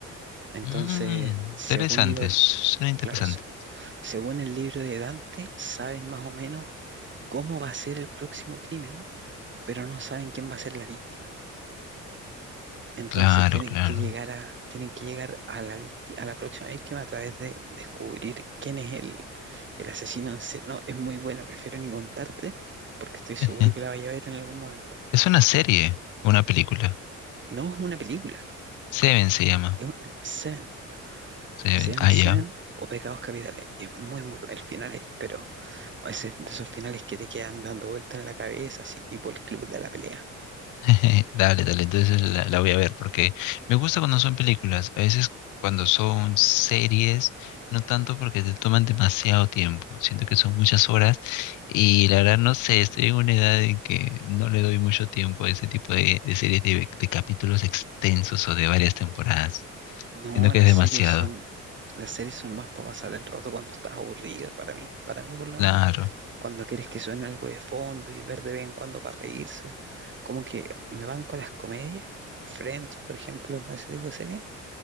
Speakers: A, on the right; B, on the left.
A: Entonces,
B: Mm,
A: según
B: interesante,
A: lo,
B: suena interesante.
A: claro, se- según el libro de Dante, saben más o menos cómo va a ser el próximo crimen, pero no saben quién va a ser la víctima. Entonces
B: Claro,
A: tienen
B: claro.
A: que llegar a, tienen que llegar a la víctima, a la próxima víctima a través de descubrir quién es el, el asesino en serie. No, es muy buena, prefiero ni contarte porque estoy seguro
B: <laughs>
A: que la vaya a ver en algún momento.
B: Es una serie, una película.
A: No es una película,
B: Seven se llama.
A: es un- Seven.
B: Seven,
A: Se llama
B: ah,
A: Seven
B: ya.
A: o Pecados Capitales. Es muy, muy, el final es, pero ese, de esos finales que te quedan dando vueltas en la cabeza, así tipo el club de la pelea.
B: <laughs> Dale, dale, entonces la, la voy a ver porque me gusta cuando son películas, a veces cuando son series, no tanto porque te toman demasiado tiempo, siento que son muchas horas y la verdad no sé, estoy en una edad en que no le doy mucho tiempo a ese tipo de, de series de, de capítulos extensos o de varias temporadas,
A: No,
B: siento que
A: las
B: es demasiado,
A: series son, las series son más para pasar el rato cuando estás aburrido, para mí, para mí por lo
B: claro.
A: menos, cuando quieres que suene algo de fondo y ver de vez en cuando para reírse. Como que me van con las comedias, Friends, por ejemplo, ese tipo de series.